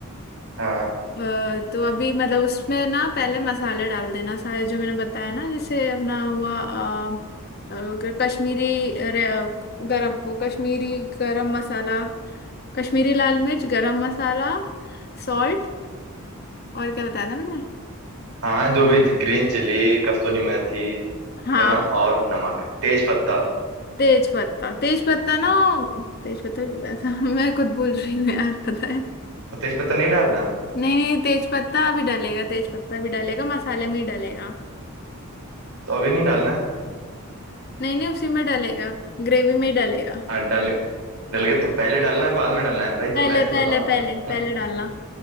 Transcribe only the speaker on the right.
हाँ
हाँ जो भी ग्रीन चिली कस्तूरी मेथी
है ना और नमक तेज पत्ता
तो तेज पत्ता नहीं डालना
तो अभी नहीं डालना है?
हाँ डाल डल गया तो पहले डालना है बाद में डालना है भाई
तुम वैसे बताओ
ना